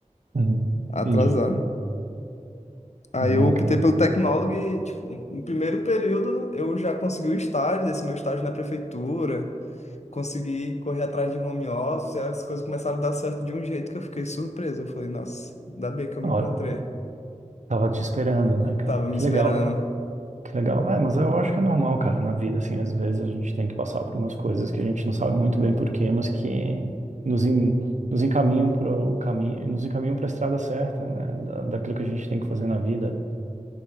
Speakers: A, on the right; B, on the left.
A: Uhum.
B: atrasado.
A: Entendi.
B: Aí
A: Uhum,
B: eu optei
A: cara.
B: pelo tecnólogo e, tipo, no primeiro período eu já consegui o estágio, esse meu estágio na prefeitura, consegui correr atrás de home office, as coisas começaram a dar certo de um jeito que eu fiquei surpreso. Eu falei, nossa, ainda bem que eu me
A: Ora,
B: encontrei.
A: tava te esperando, né, cara?
B: Tava me
A: Que
B: esperando,
A: legal. Que legal. É, mas eu acho que é normal, cara, na vida, assim, às vezes a gente tem que passar por umas coisas que a gente não sabe muito bem por quê, mas que nos, en- nos encaminham pro caminho, nos encaminham para a estrada certa, né, da, daquilo que a gente tem que fazer na vida.